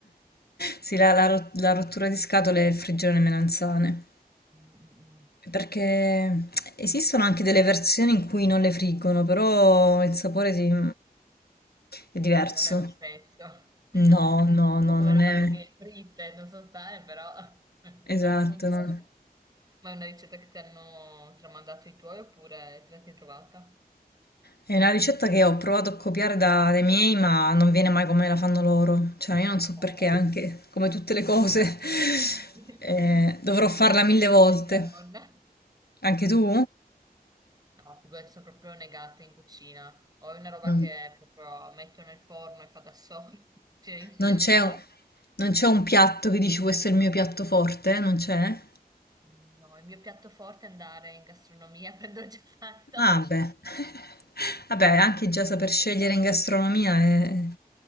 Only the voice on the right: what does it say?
Mm, mm, mm.
Non è lo stesso. <laughs> Un
po' come
le
patatine fritte, non so sane, però <laughs>
quanto sono buone.
Ma è una ricetta che ti hanno tramandato i tuoi oppure te la sei trovata?
Oh.
<laughs>
Quali sono
le solite
ricette della <laughs> nonna?
No, figurati, sono proprio negata in cucina. Ho una roba
che proprio metto nel forno e fa da solo. <laughs> Cioè, in tiro
disastro.
No, il mio piatto forte è andare in gastronomia, <laughs> prendo già fatto.
Sono negata.